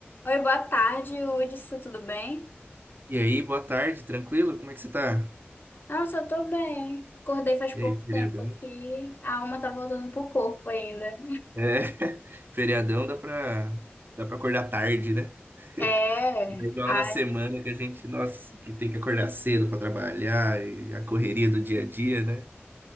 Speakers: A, on the left; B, on the right.
A: Oi, boa tarde, Hudson, tudo bem?
B: E aí, boa tarde, tranquilo? Como é que você tá?
A: Nossa, eu tô bem. Acordei faz
B: E
A: pouco
B: aí, feriadão?
A: tempo aqui. A alma tá voltando pro corpo ainda.
B: É, <laughs> feriadão dá pra, dá pra acordar tarde, né? <laughs>
A: É,
B: Não é Igual
A: ai,
B: na semana que a gente, nossa, que tem que acordar cedo pra trabalhar e a correria do dia a dia, né?